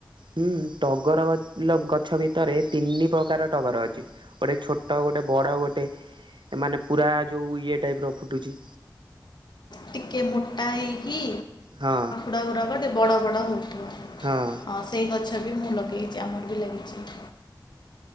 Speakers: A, on the right (about 85°); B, on the left (about 65°).
A: ହୁଁ ଟଗର ଗ ଫୁଲ ଗଛ ଭିତରେ ତିନି ପ୍ରକାର ଟଗର ଅଛି। ଗୋଟେ ଛୋଟ ଗୋଟେ ବଡ ଗୋଟେ ମାନେ ପୁରା ଯୋଉ ଇଏ ଟାଇପ ର ଫୁଟୁଛି।
B: ଟିକେ ମୋଟା ହେଇକି
A: ହଁ
B: ଡ଼ ଗୁଡ଼ାକ ଟିକେ ବଡ଼ ବଡ଼ ହୋଉଥିବ
A: ହଁ
B: ଆଉ ସେଇ ଗଛ ବି ମୁଁ ଲଗେଇଛି ଆମର ବି ଲାଗିଛି।